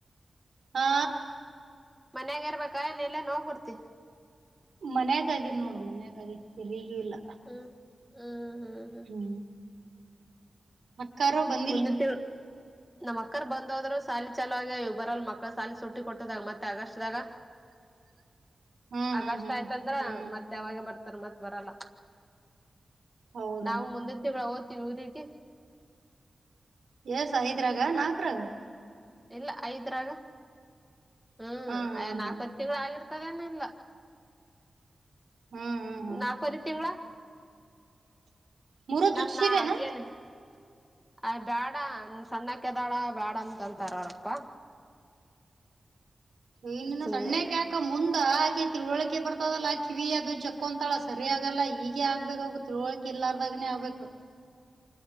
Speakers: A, on the right (about 85°); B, in the centre.
A: ಆ.
B: ಮನ್ಯಾಗ ಇರ್ಬೇಕಾ ಎನ್ ಎಲ್ಲನ ಹೋಗ್ಬರ್ತಿ.
A: ಮನ್ಯಾಗ ಆದೀ ನೋಡು ಮನ್ಯಾಗ ಆದೀ ಎಲ್ಲಿಗೂ ಇಲ್ಲ.
B: ಹ್ಮ್ ಹ್ಮ್ ಹ್ಮ್ ಹ್ಮ್
A: ಹ್ಮ ಅಕ್ಕರು ಬಂದ್.
B: ಬಂದಿತ್ತು. ನಮ್ಮ್ ಅಕ್ಕರ್ ಬಂದೋದ್ರು ಸಾಲಿ ಚಲೋ ಆಗಿ ಬರಲ್ ಮಕ್ಳು ಸಾಲಿ ಸುಂಟಿ ಕೊಟಿದಾಗ್ ಮತ್ತೆ ಆಗಸ್ಟ್ ದಾಗ.
A: <inaudible>
B: ಆಗಷ್ಟ
A: ಹ್ಮ್
B: ಆಯ್ತಂದ್ರ
A: ಹ್ಮ್
B: ಮತ್ ಯಾವಾಗೆ ಬರ್ತಾರ್ ಮತ್ ಬರಲ್ಲ.
A: ಹೌದನ
B: ನಾವ್ ಮುಂದಿನ್ ತಿಂಗ್ಳ ಒತಿವ್ ಊರಿಗೆ.
A: ಏಸ ಐದ್ರಾಗ ನಾಕ್ರಾಗ.
B: ಇಲ್ಲ ಐದ್ರಾಗ ಹ್ಮ
A: ಹ್ಮ್ ಹ್ಮ್
B: ಯ ನಾಲ್ಕವರ್
A: ಹ್ಮ್
B: ತಿಂಗ್ಳು ಆಗಿರ್ತದೆನು ಇಲ್ಲ.
A: ಹ್ಮ್ ಹ್ಮ್ ಹ್ಮ್
B: ನಾಕು ವರಿ ತಿಂಗ್ಳ.
A: ಮೂರು ಚುಟ್ಸಿರೇನ
B: ನನ್ನ ಕೆಣಿ. ಅದ್ ಬ್ಯಾಡ ಸಣ್ಣಕೆದಾಳಾ ಬ್ಯಾಡ ಅಂತಂತಾರ್ ಅವ್ರ್ ಅಪ್ಪ.
A: ನೀ ನಿನು
B: ಸುಮ್ನೆ
A: ಸಣ್ಣಕ್. ಕ ಮುಂದ ಅಕಿಗ್ ತಿಳುವಳಿಕೆ ಬರ್ತದಲ್ಲ ಕಿವಿ ಅದು ಚಕ್ಕೊಂತಳ ಸರಿ ಅಗಲ್ಲ ಹೀಗೆ ಆಗ್ಬೇಕಾಗುತ್ತೆ. ತಿಳುವಳಿಕಿಲಾರ್ದಗನೇ ಒಬೇಕು.